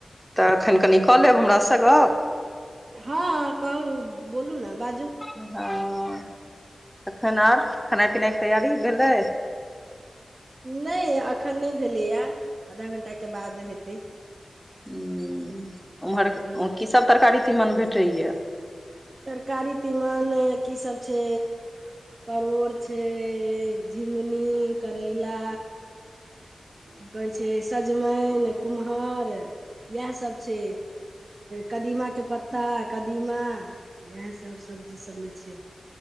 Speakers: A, in the centre; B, on the right.
A: तऽ एखन कनि
B: हूँ
A: कऽ
B: हूँ
A: लेब हमरा स गप
B: हँ कहू बोलू ने बाजू
A: हँ तखन आर खेनाइ पिनाइ के तैयारी भेलै
B: नय एखन नय भेलैए आधा घंटाके बाद हेतै
A: ह उम्हर
B: हूँ
A: की सब तरकारी तीमन भेटैय
B: तरकारी तीमन की सब छै परोड़ छै झिंगुनी करैला की कहै छै सजमेइन कुम्हहार इएह सब छै कदीमा के पत्ता कदीमा इएह सब सब्जी सब में छै